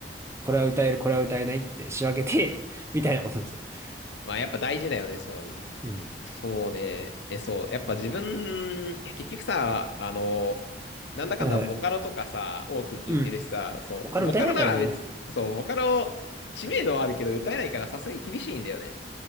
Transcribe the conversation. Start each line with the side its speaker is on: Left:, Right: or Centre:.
Right: これは歌える、これは歌えないって仕分けて、<laughs> みたいなことにする。
Left: まあやっぱ大事だよね、そういうの。
Right: うん。
Left: そうね。え、そう。やっぱ自分、え、結局さ、あの、なんだかんだボカロとかさ、
Right: はいはい。
Left: 多く聞いてるしさ、
Right: うん。
Left: そう。
Right: ボカロ歌えないからね。
Left: ボカロなら別、そう、ボカロ、知名度はあるけど歌えないからさすがに厳しいんだよね。